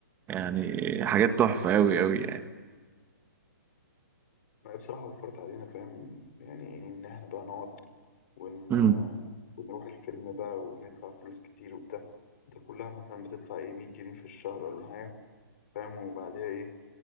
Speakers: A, on the right (about 15°); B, on the left (about 45°).
A: يعني حاجات تحفة قوي قوي يعني
B: ما هي بصراحة وفرت علينا فاهم يعني إيه إن إحنا بقى نقعد ون...
A: مم.
B: ونروح الفيلم بقى وندفع فلوس كتير وبتاع انت كلها مثلا بتدفع ايه 100 جنيه في الشهر ولا حاجة فاهم وبعديها ايه